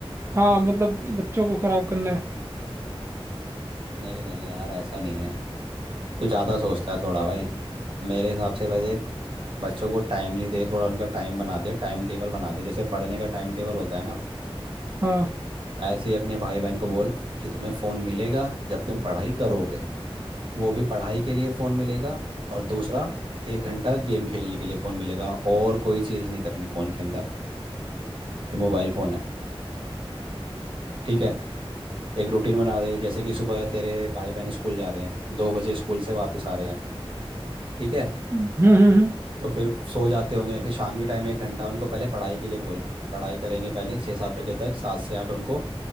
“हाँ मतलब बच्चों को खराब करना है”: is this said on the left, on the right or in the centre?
Right